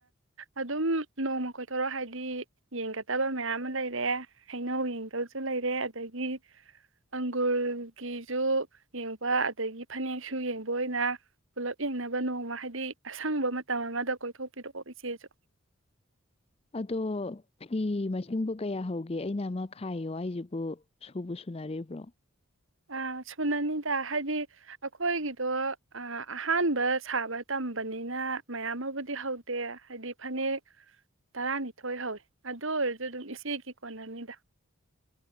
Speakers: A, on the right; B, on the left.
A: ꯑꯗꯨꯝ ꯅꯣꯡꯃ ꯀꯣꯏꯊꯣꯔꯣ ꯍꯥꯏꯗꯤ ꯌꯦꯡꯒꯗꯕ ꯃꯌꯥꯝ ꯑꯃ ꯂꯩꯔꯑꯦ ꯍꯩꯅꯧ ꯌꯦꯡꯗꯕꯁꯨ ꯂꯩꯔꯦ ꯑꯗꯒꯤ ꯑꯪꯒꯨꯔꯒꯤꯁꯨ ꯌꯦꯡꯕ ꯑꯗꯒꯤ ꯐꯅꯦꯛꯁꯨ ꯌꯦꯡꯕ ꯑꯣꯏꯅ ꯄꯨꯂꯞ ꯌꯦꯡꯅꯕ ꯅꯣꯡꯃ ꯍꯥꯏꯗꯤ ꯗꯤ ꯑꯁꯪꯕ ꯃꯇꯝ ꯑꯃꯗ ꯀꯣꯏꯊꯣꯛꯄꯤꯔꯛꯑꯣ ꯏꯆꯦꯁꯨ
B: ꯑꯗꯣ ꯐꯤ ꯃꯁꯤꯡꯕꯨ ꯀꯌꯥ ꯍꯧꯒꯦ ꯑꯩꯅ ꯑꯃ ꯈꯥꯏꯌꯣ ꯑꯩꯁꯤꯕꯨ ꯁꯨꯕ ꯁꯨꯅꯔꯤꯕ꯭ꯔꯣ
A: ꯑ ꯁꯨꯅꯅꯤꯗ ꯍꯥꯏꯗꯤ ꯑꯩꯈꯣꯏꯒꯤꯗꯣ ꯑꯍꯥꯟꯕ ꯁꯥꯕ ꯇꯝꯕꯅꯤꯅ ꯃꯌꯥꯝ ꯑꯃꯕꯨꯗꯤ ꯍꯧꯗꯦ ꯍꯥꯏꯗꯤ ꯐꯅꯦꯛ ꯇꯔꯥꯅꯤꯊꯣꯏ ꯍꯧꯋꯦ ꯑꯗꯨ ꯑꯣꯏꯔꯁꯨ ꯑꯗꯨꯝ ꯏꯆꯦꯒꯤ ꯀꯣꯟꯅꯅꯤꯗ